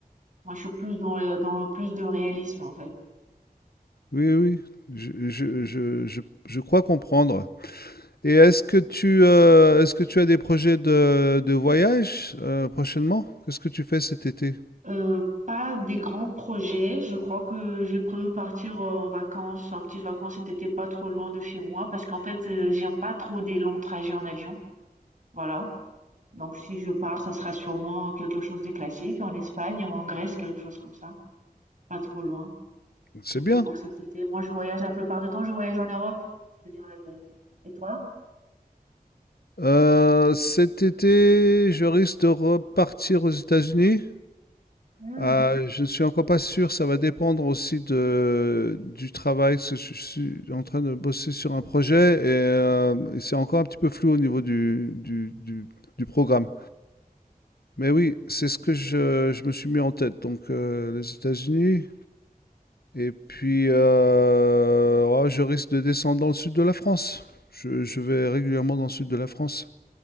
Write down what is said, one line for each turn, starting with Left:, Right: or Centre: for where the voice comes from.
Right: Moi, je suis plus dans le dans plus de réalisme, en fait.
Left: Oui, oui, je, je- je- je- je crois comprendre. Et est-ce que tu, euh, est-ce que tu as des projets de, de voyage euh, prochainement? Qu'est-ce que tu fais cet été?
Right: Heu, pas des grands projets. Je crois que j'ai prévu partir, heu, en vacances, en petites vacances cet été, pas trop loin de chez moi parce qu'en fait, heu, j'aime pas trop des longs trajets en avion, voilà. Donc si je pars, ça sera sûrement quelque chose de classique, en Espagne ou en Grèce, quelque chose comme ça, pas trop loin,
Left: C'est
Right: surtout
Left: bien.
Right: pour cet été. Moi, je voyage la plupart du temps, je voyage en Europe, je te dire la vérité. Et toi?
Left: Heu, cet été, je risque de repartir aux États-Unis.
Right: Mmh.
Left: Ah, Mmh. je ne suis encore pas sûr, ça va dépendre aussi de du travail, parce que je suis en train de bosser sur un projet et hem, et c'est encore un petit peu flou au niveau du du du du programme. Mais oui, c'est ce que je je me suis mis en tête, donc heu, les États-Unis et puis, heu, oh, je risque de descendre dans le sud de la France. Je je vais régulièrement dans le sud de la France.